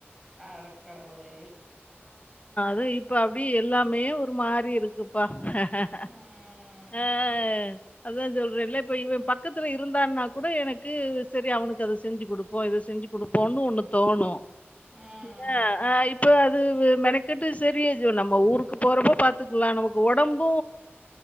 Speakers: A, in the centre; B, on the left.
A: அடக்கடவுளே
B: து இப்ப அப்படி எல்லாமே ஒரு மாறி இருக்குப்பா ஆஹ்
A: ம்
B: ஆ அதா சொல்றேன்ல இப்ப இவ பக்கத்துல இருந்தான்னா கூட எனக்கு செரி அவனுக் கு அத செஞ்சி குடுப்போ இத செஞ்சி குடுப்போன்னு ஒண்ணு தோணு
A: ம்
B: இல்ல ஆ இப்ப வு மெனக்கட்டு சரியாடு நம்ம ஊருக்கு போறப்போ பாத்துக்லா நமக்கு ஒடம்பு